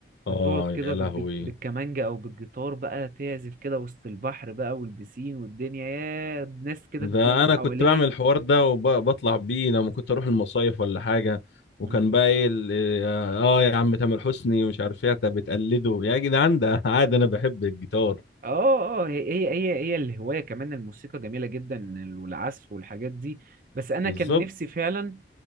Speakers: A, on the right (about 50°); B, on the left (about 85°).
A: وتقعد
B: اه
A: كده
B: يا
A: بالج-
B: لهوي
A: بالكمانجة او بالجيتار بقى تعزف كده وسط البحر بقى والبسين والدنيا يا ناس كده
B: ده
A: تتلم
B: انا
A: حواليك
B: كنت بعمل الحوار ده وبطلع بيه لما كنت اروح المصايف ولا حاجه وكان
A: مم.
B: بقى ايه ال- اه آه يا عم تامر حسني مش عارف ايه انت بتقلده يا جدعان ده <laughs> عادي انا بحب الجيتار
A: اه اه هي هي هي هي الهواية كمان الموسيقى جميلة جدا ال- والعزف والحاجات دي بس انا
B: بالظبط
A: كان نفسي فعلا